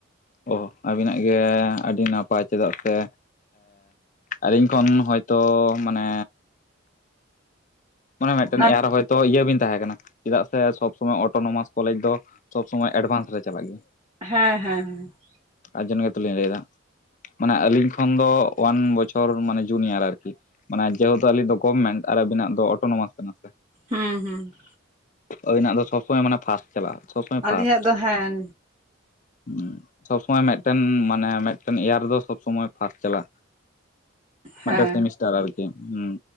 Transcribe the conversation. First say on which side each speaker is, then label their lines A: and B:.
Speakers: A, on the left; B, on the right.
A: ᱚᱸ ᱟᱹᱵᱤᱱᱟᱜ ᱜᱮ ᱟᱹᱰᱤ ᱱᱟᱯᱟᱭ ᱪᱮᱫᱟᱜ ᱥᱮ ᱟᱹᱞᱤᱧ ᱠᱷᱚᱱ ᱦᱚᱭᱛᱚ ᱢᱟᱱᱮ ᱢᱟᱱᱮ ᱢᱤᱫᱴᱮᱱ
B: ᱦᱮᱸ
A: ᱮᱭᱟᱨ ᱦᱚᱭᱛᱚ ᱤᱭᱟᱹ ᱵᱤᱱ ᱛᱟᱦᱮᱸ ᱠᱟᱱᱟ ᱪᱮᱫᱟᱜ ᱥᱮ ᱥᱚᱵᱽ ᱥᱚᱢᱚᱭ ᱚᱴᱳᱱᱳᱢᱟᱥ ᱠᱚᱞᱮᱡᱽ ᱫᱚ ᱥᱚᱵᱽ ᱥᱚᱢᱚᱭ ᱮᱰᱵᱷᱟᱱᱥ ᱨᱮ ᱪᱟᱞᱟᱜ ᱜᱮᱭᱟ,
B: ᱦᱮᱸ ᱦᱮᱸ ᱦᱮᱸ ᱾
A: ᱛᱟᱨᱡᱡᱚᱱᱮ ᱜᱮᱛᱚ ᱞᱤᱧ ᱞᱟᱹᱭᱮᱫᱟ ᱾ ᱢᱟᱱᱮ ᱟᱹᱞᱤᱧ ᱠᱷᱚᱱ ᱫᱚ ᱳᱣᱟᱱ ᱵᱚᱪᱷᱚᱨ ᱢᱟᱱᱮ ᱡᱩᱱᱤᱭᱟᱨ ᱟᱨᱠᱤ ᱢᱟᱱᱮ ᱡᱮᱦᱮᱛᱩ ᱟᱹᱞᱤᱧ ᱫᱚ ᱜᱚᱵᱷᱢᱮᱱᱴ ᱟᱨ ᱟᱵᱤᱱᱟᱜ ᱫᱚ ᱚᱴᱳᱱᱳᱢᱟᱥ ᱠᱟᱱᱟ ᱥᱮ,
B: ᱦᱩᱸ ᱦᱩᱸ ᱾
A: ᱟᱵᱤᱱ ᱟᱜ ᱫᱚ ᱥᱚᱵ ᱥᱚᱢᱚᱭ ᱢᱟᱱᱮ ᱯᱷᱟᱥᱴ ᱪᱟᱞᱟᱜᱼᱟ ᱥᱚᱵ ᱥᱚᱢᱚᱭ
B: ᱟᱹᱞᱤᱧᱟᱜ
A: ᱯᱷᱟᱥᱴ,
B: ᱫᱚ ᱦᱮᱸ
A: ᱩᱜ ᱥᱚᱵᱽ ᱥᱚᱢᱚᱭ ᱢᱤᱫᱴᱮᱱ ᱢᱟᱱᱮ ᱢᱤᱫᱴᱮᱱ ᱤᱭᱟᱨᱫᱚ ᱥᱚᱵᱽ ᱥᱚᱢᱚᱭ ᱯᱷᱟᱥᱴ ᱪᱟᱞᱟᱜᱼᱟ ᱾ ᱢᱤᱫ
B: ᱦᱮᱸ
A: ᱴᱟᱝ ᱥᱮᱢᱤᱥᱴᱟᱨ ᱟᱨᱠᱤ ᱦᱩᱸ,